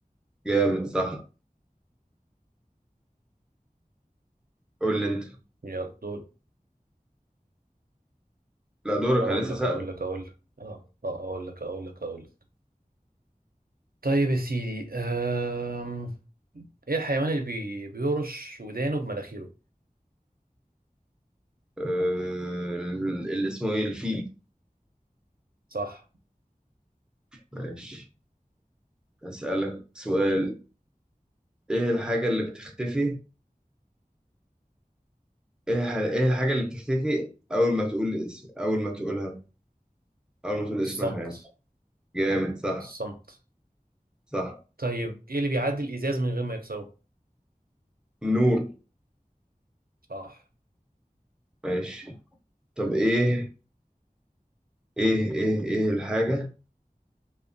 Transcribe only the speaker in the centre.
جامد صح قول لي انت
لا دورك
انا لسه
سألك
آه ال- اللي اسمه ايه الفيل
ماشي هسألك سؤال ايه الحاجة اللي بتختفي ايه الح- ايه الحاجة اللي بتختفي أول ما تقول اسم أول ما تقولها أول ما تقول اسمها
يعني جامد صح
صح
النور
ماشي طب ايه ايه ايه ايه الحاجة